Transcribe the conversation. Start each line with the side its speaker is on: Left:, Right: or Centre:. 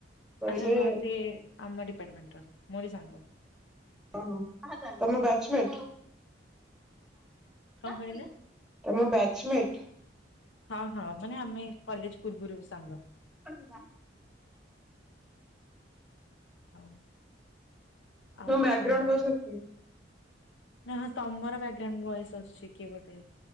Centre: କହିଲେ
Left: ଆଚ୍ଛା ହଁ ସେ ଆମ ଡିପାର୍ଟମେଣ୍ଟ ର ମୋରି ସାଙ୍ଗ
Centre: ଓ ହୋ ତମ ବାଚମେଣ୍ଟ
Left: କଣ କହିଲ
Centre: <unintelligible> ତମ ବେଚମେଟ
Left: ହଁ ହଁ ମାନେ ଆମେ କଲେଜ ପୂର୍ବରୁ ସାଙ୍ଗ।
Centre: <inaudible> ମୁ
Left: ଆଉ ଆଉ
Centre: ବଗ୍ରାଉଣ୍ଡ
Left: କଣ
Centre: ବ ଅ
Left: ନା ତମର ବ୍ୟାଗ୍ରାଉଣ୍ଡ ଭଏସ ଆସୁଛି କିଏ ଗୋଟେ